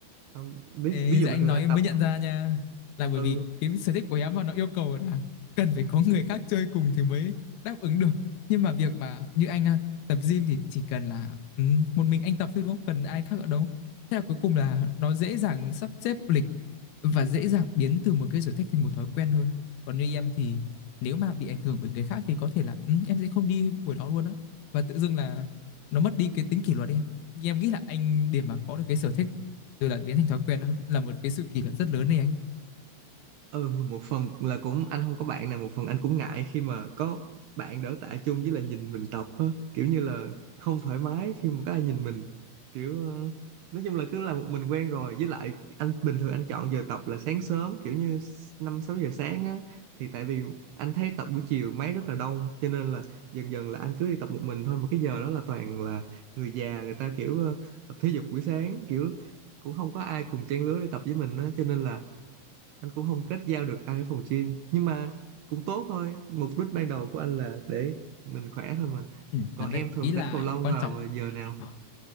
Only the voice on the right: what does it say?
Không, ví,
ví dụ
bình thường
anh
tập
ừ
ừ một phần là cũng anh không có bạn nào một phần anh cũng ngại khi mà có bạn đỡ tạ chung với là nhìn mình tập á kiểu như là không thoải mái khi mà có ai nhìn mình kiểu ờ, nói chung là cứ là một mình quen rồi với lại anh bình thường anh chọn giờ tập là sáng sớm kiểu như năm sáu giờ sáng á thì tại vì anh thấy tập buổi chiều máy rất là đông cho nên là dần dần là anh cứ đi tập một mình thôi mà cái giờ đó là toàn là người già người ta kiểu ờ, tập thể dục buổi sáng kiểu cũng không có ai cùng trang lứa để tập với mình á cho nên là anh cũng không kết giao được ai ở phòng gym nhưng mà cũng tốt thôi mục đích ban đầu của anh là để mình khỏe thôi mà
còn
em thường
đánh cầu lông
vào
giờ nào